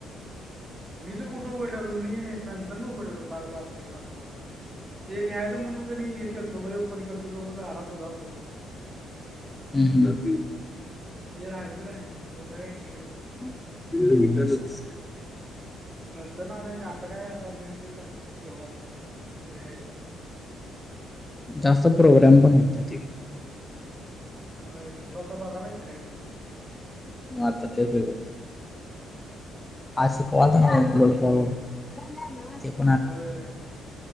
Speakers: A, on the right; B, on the left.
A: मी तर कुठे उघडलेलो मी नंतर न उघडलेलो काल रात्री सात ला. ते लिहायचं म्हणून क णी हे केलतो होय ओपन केलतो तो पर्यंत आला तुझा फोन.
B: हम्म, हम्म.
A: जे राहील ते राहीलच एवढा काय विषय नाही सोड.
B: <inaudible> <unintelligible>
A: नंतर ना नाही का आता काय आता भेटतो टाईम तेवढाच. लिहायचं
B: जास्त
A: बघायचं.
B: प्रोग्राम पण होता ते.
A: होय तू आता बघालायस काय तेच?
B: मग आता तेच <unintelligible>
A: होय.